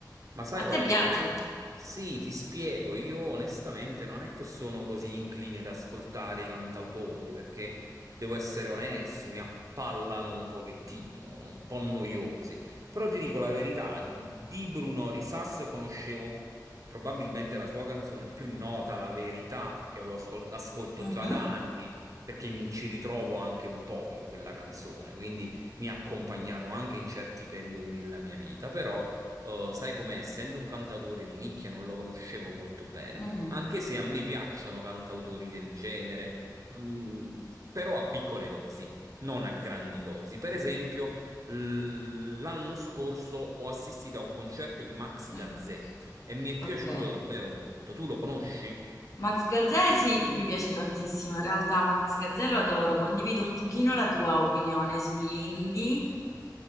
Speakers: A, on the right; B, on the left.
A: Ma sai
B: A te
A: qual è
B: piace?
A: il fatto? Sì, ti spiego, io onestamente non è che sono così incline ad ascoltare i cantautori, perché devo essere onesto, mi appallano un pochettino, no, un po' noiosi. Però ti dico la verità, di Bruno Risas conoscevo probabilmente la sua canzone più nota, La Verità, che avevo ascol- ascolto
B: Mhm,
A: già da anni, perché mi ci ritrovo anche un po' in quella canzone, quindi mi ha accompagnato anche in certi periodi della mia vita, però... Uh, sai com'è? Essendo un cantautore di nicchia non lo conoscevo molto bene,
B: mhm,
A: anche se a me piacciono cantautori del genere, mm, però a piccole dosi, non a grandi dosi. Per esempio, l- l'anno scorso ho assistito a un concerto di Max
B: mhm.
A: Gazzè e mi è piaciuto
B: Ok.
A: davvero molto. Tu lo conosci?
B: Max Gazzè sì, mi piace tantissimo, in realtà Max Gazzè lo adoro, condivido un pochino la tua opinione sull'indie,